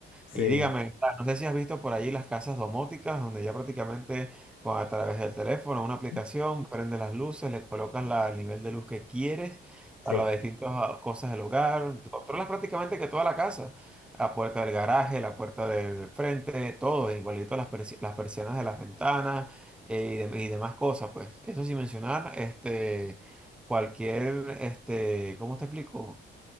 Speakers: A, on the left; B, in the centre.
A: sí,
B: Y dígame, no sé si has visto por allí las casas domóticas, donde ya prácticamente con, a través del teléfono, una aplicación,
A: mm,
B: prende las luces, le colocas la, el nivel de luz que quieres para
A: sí.
B: las distintas ah, cosas del hogar, controlas prácticamente que toda la casa, la puerta del garaje, la puerta del frente, todo, igualito las, persi- las persianas de las ventanas eh, y, de- y demás cosas, pues. Eso sin mencionar, este, cualquier, este, ¿cómo te explico?